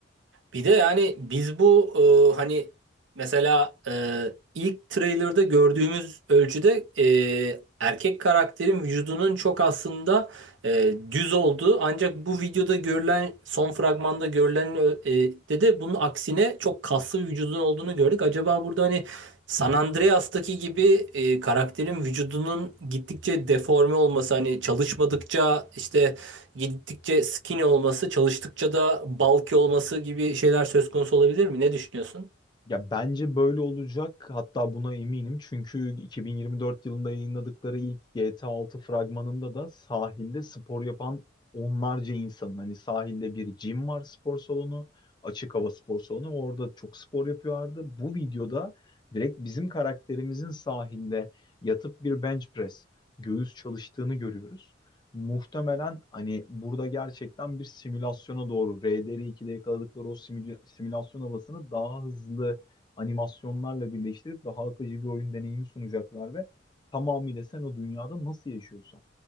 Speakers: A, on the right; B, on the left.
A: Bir de yani biz bu e, hani mesela e, ilk trailer'da gördüğümüz ölçüde e, erkek karakterin vücudunun çok aslında e, düz olduğu ancak bu videoda görülen son fragmanda görülen e, de de bunun aksine çok kaslı bir vücudun olduğunu gördük. Acaba burada hani San Andreas'taki gibi e, karakterin vücudunun gittikçe deforme olması hani çalışmadıkça işte Gittikçe skinny olması, çalıştıkça da bulky olması gibi şeyler söz konusu olabilir mi? Ne düşünüyorsun?
B: Ya bence böyle olacak. Hatta buna eminim. Çünkü 2024 yılında yayınladıkları ilk GTA 6 fragmanında da sahilde spor yapan onlarca insanın hani sahilde bir gym var spor salonu, açık hava spor salonu. Orada çok spor yapıyorlardı. Bu videoda direkt bizim karakterimizin sahilde yatıp bir bench press, göğüs çalıştığını görüyoruz. Muhtemelen hani burada gerçekten bir simülasyona doğru RDR2'de yakaladıkları o simüla- simülasyon havasını daha hızlı animasyonlarla birleştirip daha akıcı bir oyun deneyimi sunacaklar ve tamamıyla sen o dünyada nasıl yaşıyorsan,